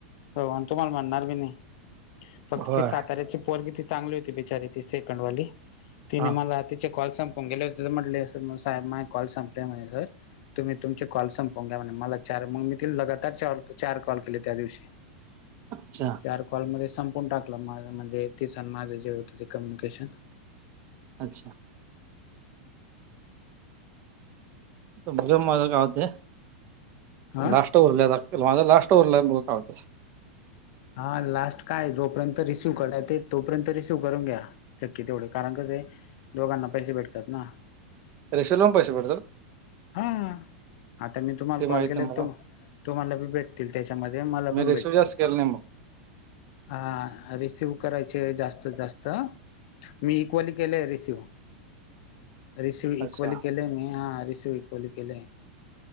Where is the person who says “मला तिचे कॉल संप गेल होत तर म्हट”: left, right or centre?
Left